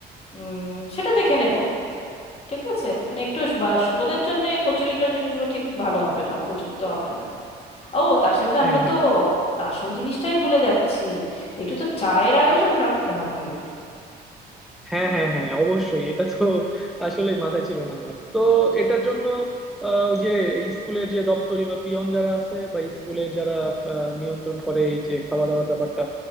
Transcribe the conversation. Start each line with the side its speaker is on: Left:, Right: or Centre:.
Left: উম সেটা দেখে নেব ঠিক আছে মানে একটু বা ওদের জন্য কচুরি টচুরিগুলো ঠিক ভালো হবে না উপযুক্ত হবে না ও তার সাথে
Centre: হ্যাঁ
Left: আমরা
Centre: হ্যাঁ
Left: তো আসল জিনিসটাই ভুলে যাচ্ছি একটু তো চায়ের আয়োজন রাখতে হবে
Centre: হ্যাঁ হ্যাঁ হ্যাঁ অবশ্যই এটা তো আসলে মাথায় ছিল না আমার তো এটার জন্য আহ, ওই যে স্কুলের যে দপ্তরি বা পিয়ন যারা আছে বা স্কুলের যারা আহ, নিয়ন্ত্রণ করে এই যে খাওয়া দাওয়ার ব্যাপারটা